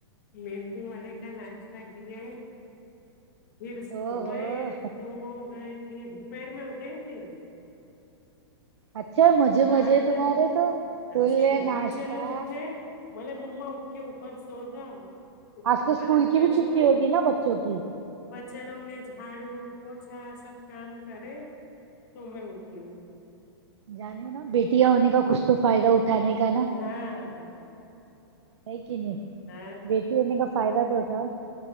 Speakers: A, on the left; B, on the right.
A: مندو واڈے کا ناشتہ کیے پھر
B: او
A: سوئے
B: ہو
A: سو گئے تھے دوپہر میں اٹھے فیر
B: اچھا مزے
A: سڑے
B: مزے
A: دس
B: تمہارے تو فل
A: چھے
B: ناشتہ
A: بچے لوگ اٹھے مولے ممما اٹ کے اوپر سو جاؤ اٹھ
B: آج
A: کے
B: تو اسکول
A: پلنگ
B: کی
A: پہ
B: بھی چھٹی
A: سوئی
B: ہوگی نا بچوں کی
A: بچے لوگ نے جھاڑو پوچھا سب کام کرے تو میں اٹھی ہوں
B: جانو نا بیٹیاں ہونے کا کچھ تو فائدہ اٹھانے کا نہیں
A: ہاں
B: ہے کی نہیں
A: ا
B: سونے کا فائدہ تو اٹھاو